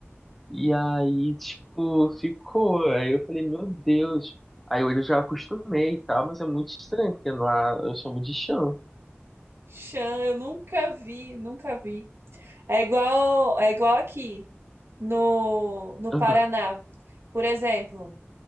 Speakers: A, in the centre; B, on the right (about 65°).
A: E aí, tipo, ficou. Aí eu falei, meu Deus. Aí hoje eu já acostumei e tal, mas é muito estranho, porque lá eu chamo de chão.
B: Chã, eu nunca vi, nunca vi. É igual, é igual aqui no, no
A: Aham,
B: Paraná. Por exemplo,